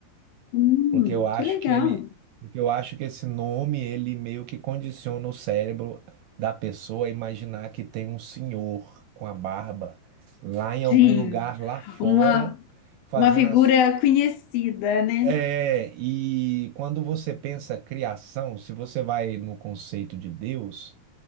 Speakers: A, on the left; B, on the right.
A: Hum,
B: Porque eu acho
A: que legal.
B: que ele, porque eu acho que esse nome ele meio que condiciona o cérebro da pessoa a imaginar que tem um senhor com a barba lá em
A: Sim,
B: algum lugar lá fora
A: uma,
B: fazendo
A: uma figura
B: as
A: conhecida, né?
B: É, e quando você pensa criação, se você vai no conceito de Deus,